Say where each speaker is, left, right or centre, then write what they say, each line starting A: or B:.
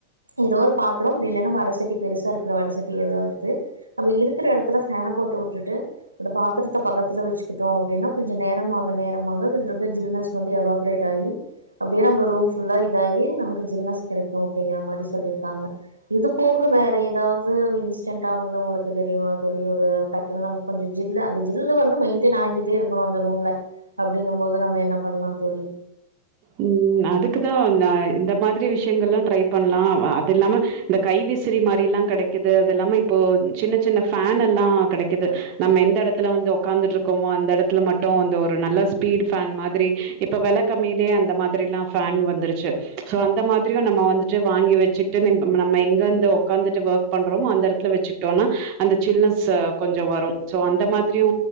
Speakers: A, on the right; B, on the right.
A: ஏதோ ஒரு பாத்ரோம் இப்டி இல்லன்னா வடசட்டி பெருசாருக்குற வடசட்டி ஏதோ எடுத்து நம்ம இருக்குற எடத்துல ஃபேன போட்டு உட்டுட்டு அந்த பாத்தரத்த பக்கத்துல வச்சுக்கிட்டோ அப்டின்னா கொஞ்சோ நேரமாக நேரமாக அந்தருக்க ஜில்னஸ் வந்து எவாபரேட் ஆகி அப்படியே நம்ம ரூம் ஃபுல்லா இதாயி நமக்கு ஜில்னஸ் கெடைக்கு அப்படிங்கிற மாரி சொல்லியிருக்காங்க இது போக வேற ஏதாவது இன்ஸ்டன்டா வந்து உங்களுக்கு தெரியுமா தோழி ஒரு டக்குன் நமக்கு அந்த ஜில்லா அந்த ஜில் வந்து மெயிண்ட்டைன் ஆயிக்கிட்டேருக் இருக்கணு அந்த ரூம்ல அப்படிங்கும் போது நம்ம என்ன பண்ணலா தோழி
B: ம் அதுக்குதா நா இந்த மாதிரி விஷ்யங்கள்லு ட்ரை பண்லா அ அதுல்லாம இந்த கைவிசிறி மாரில்லா கடைக்கிது அதெல்லாம இப்போ சின்ன சின்ன ஃபேனல்லா கடைக்கிது நம்ம எந்த எடத்துல வந்து உக்காந்துட்டுருக்கமோ அந்த எடத்துல மட்டு அந்த ஒரு நல்ல ஸ்பீடு ஃபேன் மாதிரி இப்ப வெளக் கம்மி மி அந்த மாதிரிலா ஃபேன் வந்துருச்சு சோ அந்த மாதிரியு நம்ம வந்துட்டு வாங்கி வச்சுட்டு மேம்ப நம்ம எங்கந்து உக்காந்துட்டு ஒர்க் பண்றோம் அந்த எடத்துல வச்சுக்கிட்டோன்னா அந்த சில்னஸ்ச கொஞ்சோ வரும் சோ அந்த மாதிரியு